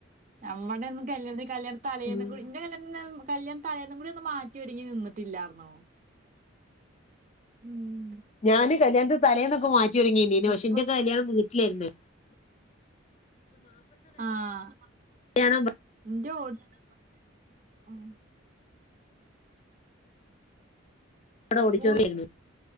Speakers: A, on the right; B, on the left.
A: നമ്മുടെന്നും കല്യാത്തിന് കല്യാണതലയിന്നുകൂടി
B: ഉം
A: ഇന്റെ കല്യാണതിന്നു കല്യാണം തലേന്നും കൂടി ഒന്ന് മാറ്റിയോരിങ്ങി നിന്നിട്ടില്ലാർന്നു ഉം
B: ഞാന് കല്യാണത്തിനു തലേന്നൊക്കെ മാറ്റിയോരിങ്ങിന്നീന് പക്ഷെ
A: ഇപ്പൊ
B: ന്റെക്കെ കല്യാണം വീട്ടിലായിരുന്നു
A: ആഹ്
B: കല്യാണം
A: ഇന്റെ <unintelligible> മ്
B: ഇവിടെ ഓഡിറ്റോറിയായിരുന്നു
A: വോയ്